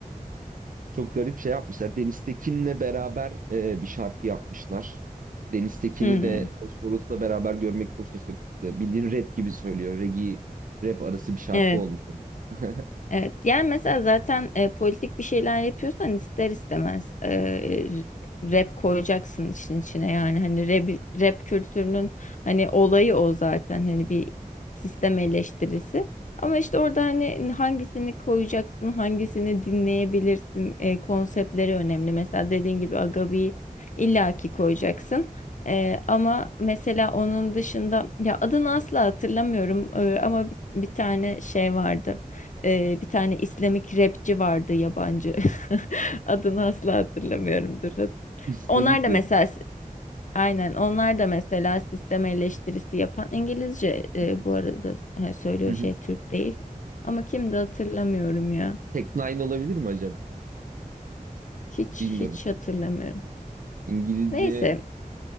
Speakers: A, on the right; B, on the left.
A: Çok garip şey yapmışlar. Deniz Tekin'le beraber e, bir şarkı yapmışlar. Deniz Tekin'i
B: Hmm.
A: de Bosporus'la beraber görmek çok şaşırttı. Bildiğin rap gibi söylüyor. Reggae rap arası bir şarkı
B: Evet.
A: olmuş onun. <laughs>
B: Evet, yani mesela zaten e, politik bir şeyler yapıyorsan ister istemez e, r- rap koyacaksın işin içine yani hani rap, rap kültürünün hani olayı o zaten hani bir sistem eleştirisi. Ama işte orada hani hangisini koyacaksın, hangisini dinleyebilirsin, e, konseptleri önemli. Mesela dediğin gibi Agabi'yi illaki koyacaksın. E, ama mesela onun dışında ya adını asla hatırlamıyorum e, ama bir, bir tane şey vardı. Ee, bir tane İslamik rapçi vardı yabancı. <laughs> Adını asla hatırlamıyorumdur.
A: İslamik
B: Onlar da
A: rapçi.
B: mesela aynen onlar da mesela sistem eleştirisi yapan İngilizce e,
A: Hı hı.
B: bu arada ha, söylüyor
A: Hı hı.
B: şey Türk değil. Ama kim hatırlamıyorum ya.
A: Tek Nine olabilir mi acaba?
B: Hiç
A: Bilmiyorum.
B: hiç hatırlamıyorum.
A: İngilizce.
B: Neyse